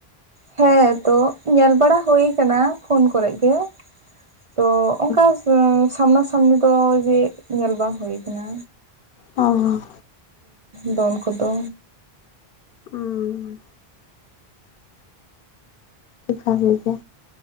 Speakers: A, on the right; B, on the left.
A: ᱦᱮᱸ ᱛᱚ ᱧᱮᱞ ᱵᱟᱲᱟ ᱦᱩᱭ ᱟᱠᱟᱱᱟ ᱯᱷᱳᱱ ᱠᱚᱨᱮ ᱜᱮ ᱛᱚ ᱚᱱᱠᱟ
B: ᱵᱷᱟᱜᱮ
A: ᱥᱟᱢᱱᱟ ᱥᱟᱢᱱᱤ ᱫᱚ ᱡᱮ ᱧᱮᱞ ᱵᱟᱝ ᱦᱩᱭ ᱟᱠᱟᱱᱟ
B: ᱚ
A: ᱫᱚᱱ ᱠᱚᱫᱚ
B: ᱦᱩᱸ ᱥᱟᱨᱤ ᱜᱮ